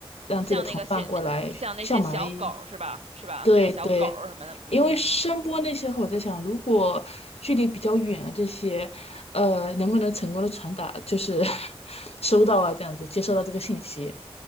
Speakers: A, on the left (about 75°); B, on the right (about 85°).
A: 让自己的同伴过来像蚂蚁。
B: 像那个小那那像那些小狗儿是吧？是吧？
A: 对对，
B: 像小狗儿什么的，嗯
A: 因为声波那些话，我在想，如果距离比较远啊，这些，呃，能不能成功的传达，就是 <laughs> 收到啊，这样子接收到这个信息。